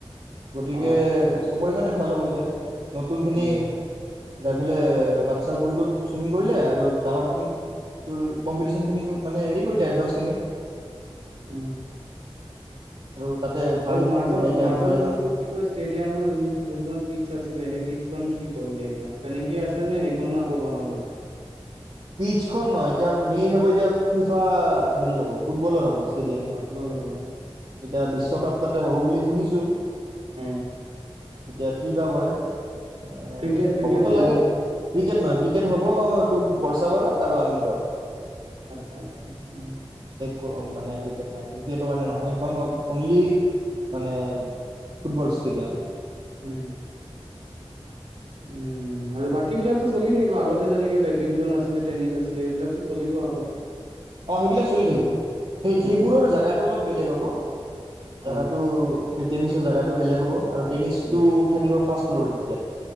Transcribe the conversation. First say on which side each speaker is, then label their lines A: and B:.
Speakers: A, on the right (about 55°); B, on the right (about 80°).
A: গতিকে
B: অ
A: চবৰে সেইকাৰণে ভাল হ'ব এতিয়া। নতুন খিনি
B: উম
A: যাই পেলে বাট চ্ছা পুলটোত চুইমিং কৰিলে আৰু ডাঙৰ খিনি তোৰ কম্পিটিচন খিনিক মানে হেৰি ক ৰিলে এডভান্স খিনি
B: উম।
A: আৰু তাতে ভাল
B: আৰু মাজ-মাজৰ
A: মানে এতিয়া ভালে
B: যোনটো
A: মানে
B: কি কয়, ষ্টেডিয়ামৰ যোনটো-যোনখন পিটছ আছিলে। সেই পিটছ খন কি কৰিলে এতিয়া তেনেকে আছে নে সেইখনো আকৌ বনাব।
A: পিটছখন নহয়। এতিয়া মেইন হ'ব এতিয়া ফিফা হেৰি হ'ব, ফুটবলৰ হ'ব। ষ্টেডিয়ামখন
B: ফুটবল হ'ব অ।
A: এতিয়া বিশ্বকাপ তাতে হ'ব বুলি শুনিছো
B: হম।
A: এতিয়া কিবা কৰে। এ
B: ক্ৰিকেট ক্ৰিকেট
A: হ'বতো
B: নহয়
A: লাগে ৰিগেট নহয় ৰিগেট হ'ব এইটো বৰ্ষাপাৰাত আৰু আমিনগাঁৱত
B: আচ্ছা আচ্ছা হম
A: ক'ম মানে ক্ৰিকেট নাই ক্ৰিকেটৰ কাৰণে নহয় <unintelligible> অনলি মানে ফুটবল ষ্টেডিয়াম।
B: উম। উম, আৰু বাকীবিলাকতো চলি থাকিব আগতে যেনেকে বেডমিণ্টন আছিলে টেনিছ আছিলে এইবিলাকতো চলিব আকৌ।
A: অ', সেইবিলাক চলি থাকিব। সেই-সেইবোৰৰ
B: অ
A: জাগাটো অলপ বেলেগ হ'ব জাগাটো
B: অ
A: তে টেনিছৰ জাগাটো বেলেগ হ'ব। আৰু টেনিছটো
B: উম
A: থাকিব ফাষ্ট <inaudible>